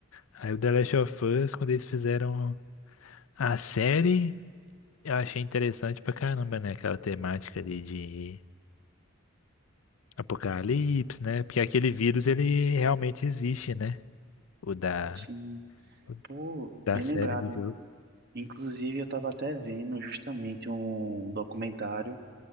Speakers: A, on the left (about 75°); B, on the right (about 50°).
A: Aí o The Last of Us, quando eles fizeram a série, eu achei interessante pra caramba, né? Aquela temática ali de apocalipse, né? Porque aquele vírus, ele realmente existe, né? O da,
B: Sim,
A: o
B: pô,
A: da
B: bem
A: série
B: lembrado.
A: do jogo.
B: Inclusive, eu estava até vendo justamente um documentário,